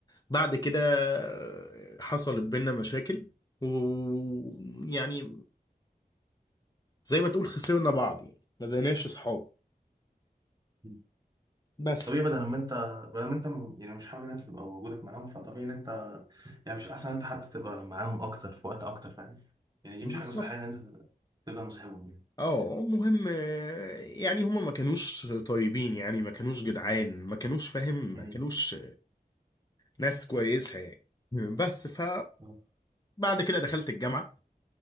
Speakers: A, on the left (about 25°); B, on the right (about 25°).
A: بعد كده آه، حصلت بينا مشاكل ويعني زي ما تقول خسرنا بعض يعني ما بقيناش اصحاب
B: مم.
A: بس
B: طبيعي بدل ما انت بدل ما انت م- يعني مش حابب ان انت تبقى وجودك معاهم فطبيعي ان انت يعني مش احسن انت حتى تبقى معاهم اكتر في وقت اكتر فاهم يعني دي
A: بالظبط
B: مش حاجه صحيه ان انت تبقى مصاحبهم يعني.
A: اه المهم آه، يعني هما ما كانوش طيبين يعني ما كانوش جدعان ما كانوش فاهم
B: مم.
A: ما كانوش ناس كويسة يعني بس ف
B: اه
A: بعد كده دخلت الجامعة